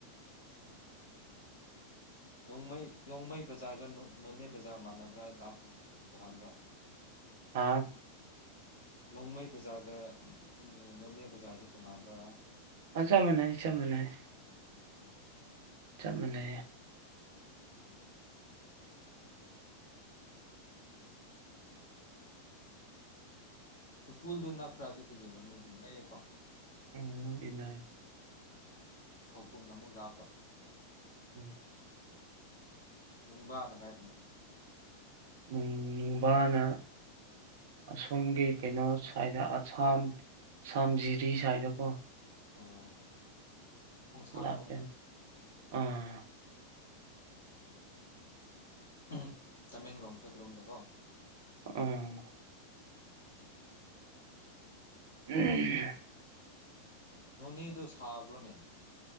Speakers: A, on the left; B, on the right.
A: ꯔꯣꯡꯃꯩ ꯔꯣꯡꯃꯩ ꯕꯖꯥꯔꯒ ꯅꯣꯅꯦ ꯕꯖꯥꯔ ꯃꯥꯟꯅꯕ꯭ꯔꯥ ꯂꯥꯞꯄ꯭ꯔ ꯇꯣꯉꯥꯟꯕ꯭ꯔꯥ
B: ꯍꯥ
A: ꯔꯣꯡꯃꯩ ꯕꯖꯥꯔꯒ ꯅꯣꯅꯦ ꯕꯖꯥꯔꯁꯦ ꯇꯣꯉꯥꯟꯕ꯭ꯔ
B: ꯑ ꯆꯞ ꯃꯥꯅꯩ ꯆꯞ ꯃꯥꯅꯩ
A: ꯑꯣ
B: ꯆꯞ ꯃꯥꯟꯅꯩꯌꯦ
A: ꯎꯝ
B: <inaudible>
A: ꯇꯨꯄꯨꯜꯗꯨ ꯅꯛꯄ꯭ꯔꯥ ꯑꯗꯨꯗꯒꯤ ꯅꯣꯅꯦꯗꯤ ꯅꯛꯑꯦꯀꯣ
B: ꯎꯝ <unintelligible>
A: ꯈꯧꯄꯨꯝꯅ ꯑꯃꯨꯛ ꯂꯥꯞꯄ
B: ꯎꯝ
A: ꯅꯨꯡꯕꯥꯅ ꯀꯥꯏꯗꯅꯣ
B: ꯅꯨꯡ ꯅꯨꯡꯕꯥꯅ ꯑꯁꯣꯝꯒꯤ ꯀꯩꯅꯣ ꯁ꯭ꯋꯥꯏꯗ ꯑꯁꯥꯝ ꯑꯁꯥꯝ ꯖꯤꯔꯤ ꯁ꯭ꯋꯥꯏꯗꯀꯣ
A: ꯑꯣ ꯈꯣꯡꯁꯥꯡꯔꯣꯝꯗ
B: ꯂꯥꯞꯄꯦ ꯑꯥ
A: ꯎꯝ ꯇꯃꯦꯡꯂꯣꯡꯁꯨ ꯑꯗꯨꯔꯣꯝꯗꯀꯣ
B: ꯑꯥ
A: <inaudible>
B: <unintelligible>
A: ꯅꯣꯅꯦꯗꯨ ꯁꯥꯕ꯭ꯔꯣꯅꯦ